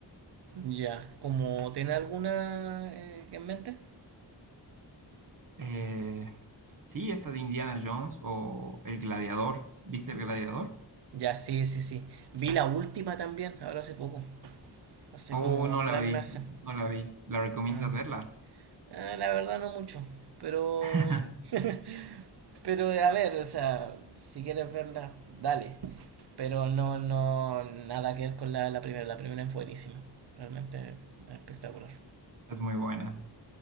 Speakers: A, on the right; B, on the right.
A: ya, como tiene alguna eh, en mente?
B: Eh, sí, esta de Indiana Jones o El Gladiador. ¿Viste El Gladiador?
A: Ya, sí, sí, sí. Vi la última también, ahora hace poco, hace
B: Oh,
A: como
B: no
A: tres
B: la vi,
A: meses.
B: no la vi. ¿La recomiendas
A: Ah,
B: verla?
A: ah, la verdad no mucho, pero,
B: <laughs>
A: <laughs> pero a ver, o sea, si quieres verla, dale. Pero no, no, nada que ver con la, la primera. La primera es buenísima. Realmente espectacular.
B: Es muy buena.